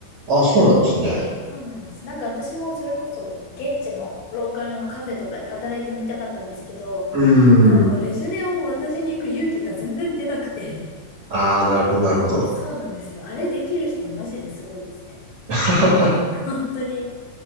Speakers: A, on the right; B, on the left.
A: あ、そうなんですね。
B: そうなんです。なんか私もそれこそ現地のローカルのカフェとかで働いてみたかったんですけど、
A: うー
B: なんかもうレジュメを渡しに行く勇気が全然出なくて。
A: ん。ああ、なるほどなるほど。
B: そうなんですよ。あれできる人マジですごいですね。
A: <laughs>
B: 本当に。